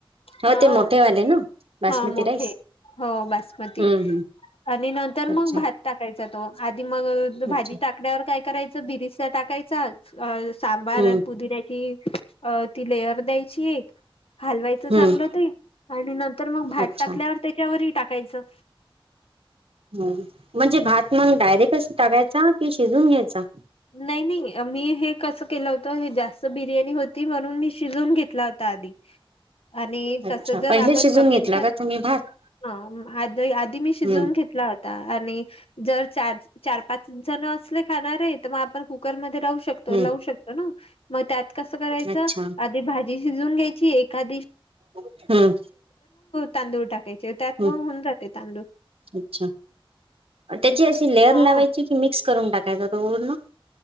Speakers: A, on the right (about 85°); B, on the left (about 80°).
A: हो
B: हा
A: ते मोठेवाले ना बासमती
B: हा मोठे
A: राईस.
B: हो बासमती
A: हम्म हम्म
B: आणि नंतर मग
A: अच्छा
B: भात टाकायचं. आधी मग भाजी
A: अच्छा
B: टाकण्यावर काय करायचं बिरस टाकायचं. सांबार
A: हम्म
B: आणि पुदिन्याची अ ती लेअर दयाची. हलवायचं
A: हम्म
B: चांगलं ते आणि नंतर मग भात
A: अच्छा
B: टाकल्यावर त्याच्यावरही टाकायचं.
A: ह म्हणजे भात मग डायरेक्ट टाकायचा कि शिजून घ्यायचा.
B: नाही नाही मी हे कस केलं होतं हे जास्त बिर्याणी होती म्हणून मी शिजून घेतला होता आधी. आणि
A: अच्छा
B: तस जर
A: पहिले
B: आपण
A: शिजून
B: कमी.
A: घेतला
B: ह
A: का तुम्ही भात
B: आ आधी मी शिजवून
A: हम्म
B: घेतला होता आणि. जर चार चार पाच जण असले खाणारे तर मग आपण कुकरमध्ये. शकतो
A: हम्म
B: लाू शकतो ना मग त्यात. कस करायच
A: अच्छा
B: आधी भाजी शिजून घ्यायची एखादी.
A: हम्म
B: तांदूळ टाकायचे त्यात
A: हम्म
B: मग होऊन जाते तांदूळ.
A: अच्छा त्याची अशी लेअर
B: हा
A: लावायची कि मिक्स करून टाकायचं वरण?